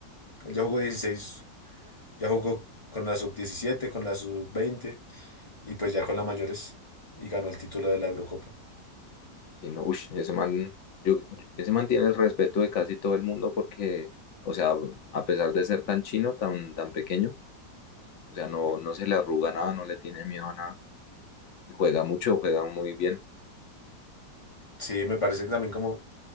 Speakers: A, on the left (about 25°); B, on the left (about 70°).
A: él ya jugó dieciséis ya jugó con la sub diecisiete con la sub veinte y pues ya con las mayores y ganó el título de la Eurocopa.
B: Sí, no, ush, ese man, yo, yo- ese man tiene el respeto de casi todo el mundo porque, o sea, a pesar de ser tan chino, tan, tan pequeño, o sea, no, no se le arruga nada, no le tiene miedo a nada. Y juega mucho, juega muy bien.
A: Sí, me parece que también como